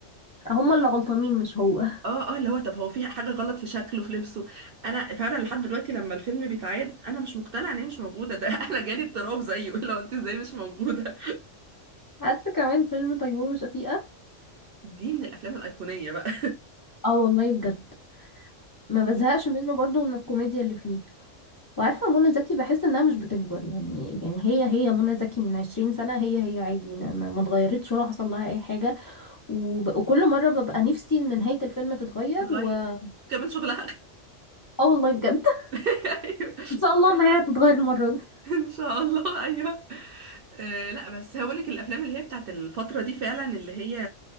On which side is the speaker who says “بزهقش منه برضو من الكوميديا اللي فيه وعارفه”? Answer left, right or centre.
Left